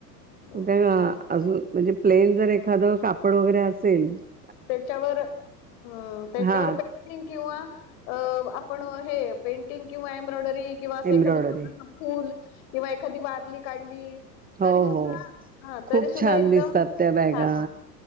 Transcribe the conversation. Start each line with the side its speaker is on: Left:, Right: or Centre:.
Left: हो
Right: त्या
Left: छान
Right: अजून म्हणजे - प्लेन जर एखादं, कापड वगैर, असेल -
Left: त्याच्यावर. त्याच्यावर
Right: हा
Left: पेंटिंग किंवा - पेंटिंग किंवा एम्ब्रॉइडरी किंवा असं
Right: एम्ब्रॉयडरी
Left: एखादं छोटस फुल - किंवा, एखादी वारली काढली...
Right: हो
Left: तरी सुद्धा
Right: हो.
Left: हा तरी
Right: खूपच
Left: सुद्धा
Right: छान
Left: एकदम
Right: दिसतात
Left: छान
Right: त्या बॅगा.
Left: वाटतं.